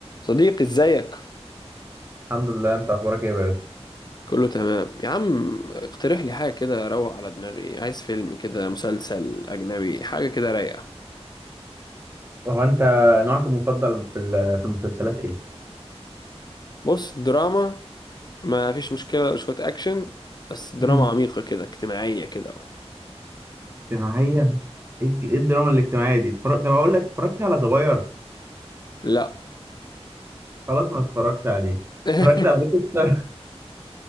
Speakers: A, on the left; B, on the right.
A: صديقي ازيك
B: الحمد لله انت اخبارك ايه يا باشا
A: كله تمام يا عم اقترح لي حاجة كده اروق على دماغي عايز فيلم كده مسلسل اجنبي حاجة كده رايقة
B: وهو انت نوعك المفضل في ال- في المسلسلات ايه
A: بص دراما ما فيش مشكلة شوية اكشن بس دراما
B: امم
A: عميقة كده اجتماعية كده
B: اجتماعية ايه الج- ايه الدراما الاجتماعيه دي اتفرج... طب اقول لك اتفرجت على زواير
A: لا
B: خلاص ما اتفرجت عليه
A: <laughs>
B: اتفرجت على ديكستر